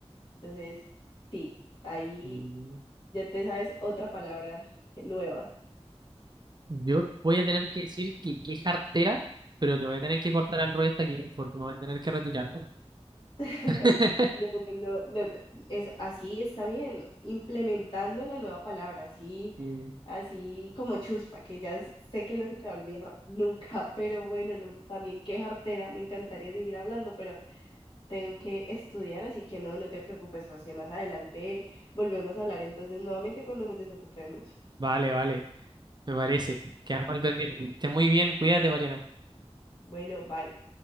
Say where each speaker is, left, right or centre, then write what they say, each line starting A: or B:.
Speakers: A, on the left (about 50°); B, on the right (about 40°).
A: Entonces, sí, ahí
B: Mm,
A: ya te sabes otra palabra nueva.
B: Yo voy a tener que decir que, que es artera, pero te voy a tener que cortar al rollo hasta aquí porque me voy a tener que retirar.
A: <laughs>
B: <laughs>
A: No, no, no, no, te- es, así está bien, implementando la nueva palabra, así,
B: Mm,
A: así como chuspa, que ya s- sé que no se te va a olvidar <laughs> nunca, pero bueno, no, también qué jartera, me encantaría seguir hablando, pero tengo que estudiar, así que no, no te preocupes, José, más adelante volvemos a hablar entonces nuevamente cuando nos desocupemos.
B: Vale, vale. Me parece. Quedamos al pendiente. Que estés muy bien. Cuídate, Mariana.
A: Bueno, bye.